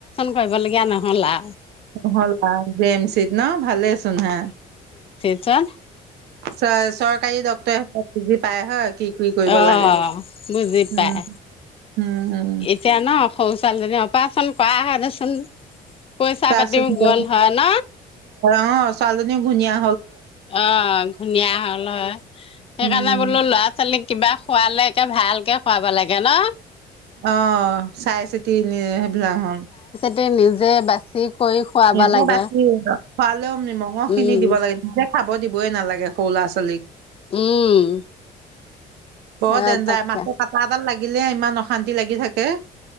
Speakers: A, on the left; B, on the right.
A: হব লগীয়া নহ'ল আ
B: হল আও জি এম চিএইচত ন ভালে চোন হা।
A: জান
B: চ চৰকাৰী ডক্তৰ আৰু বোজি পায় হয় কি কি কৰিব
A: অ
B: লাগে।
A: বুজি
B: উম,
A: পাই
B: উম, উম।
A: এতিয়া ন। শৌচাল অপাৰেচন কৰা হয় দেচোন। পইচা
B: চাচোন
A: পাতিও
B: তই
A: গ'ল হয় ন।
B: অ ছোৱালীজনী ঘুনিয়া
A: অ ধুনীয়া হ'ল হয় সেইকাৰণে
B: উম,
A: বোলো ল'ৰা ছোৱালীক কিবা খোৱালে একে ভালকে খুৱাব লাগে ন?
B: অ চাই ছিতি নি? বিলা হন।
A: তি নিজে বাচি কৰি খুৱাব
B: নিজে
A: লাগে
B: বাছি খোৱালেও মঙহ খিনি
A: উম
B: দিব লাগে নিজে খাব দিব বই নালাগে সৰু ল'ৰা ছোৱালীক।
A: উম।
B: বৰ
A: অ'
B: দেনজা
A: তাকে
B: মাছ কাটা এডাল লাগি গিলে ইমান অশান্তি লাগি থাকে।